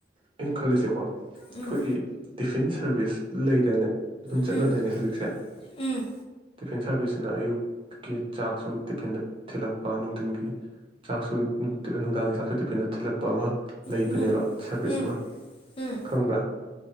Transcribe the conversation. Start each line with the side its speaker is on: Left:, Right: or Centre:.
Right: ꯑꯩꯅ ꯈꯜꯂꯤꯁꯦꯀꯣ ꯑꯩꯈꯣꯏꯒꯤ
Left: ꯎꯝ
Right: ꯇꯤꯐꯤꯟ ꯁꯥꯔꯚꯤꯁ ꯂꯩꯗꯥꯏꯅ ꯑꯗꯨꯝ ꯆꯠꯅꯗꯣꯏꯅꯦ
Left: ꯎꯝ
Right: ꯍꯧꯖꯤꯛꯁꯦ
Left: ꯎꯝ
Right: ꯇꯤꯐꯤꯟ ꯁꯥꯔꯚꯤꯁꯁꯤꯅ ꯑꯌꯨꯛꯀꯤ ꯆꯥꯛꯁꯨ ꯇꯤꯐꯤꯟꯗ ꯊꯤꯜꯂꯛꯄ ꯅꯨꯡꯊꯤꯟꯒꯤ ꯆꯥꯛꯁꯨ ꯅꯨꯡꯗꯥꯡꯒꯤ ꯆꯥꯛꯁꯨ ꯐꯤꯟꯗ ꯊꯤꯜꯂꯛ ꯑꯃꯥ ꯂꯩꯕꯅꯦꯕꯥ
Left: ꯎꯝ
Right: ꯁꯦꯔꯕꯤꯁ
Left: ꯎꯝ
Right: ꯑꯃꯥ
Left: ꯎꯝ
Right: ꯈꯪꯕꯔ꯭?